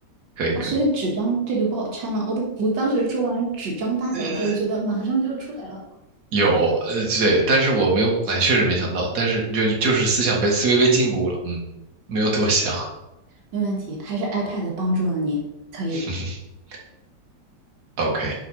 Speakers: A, on the right (about 65°); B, on the right (about 85°).
A: 可以可以。
B: 哦，所以纸张这个不好拆吗？我都我当时说完纸张大小的时候，
A: 呃，
B: 觉得马上就出来了。
A: 有，呃，对，但是我没有，哎，确实没想到，但是就就是思想被思维被禁锢了。嗯，没有多想。
B: 没问题，还是 iPad 帮助了你，可以的。
A: <laughs> OK，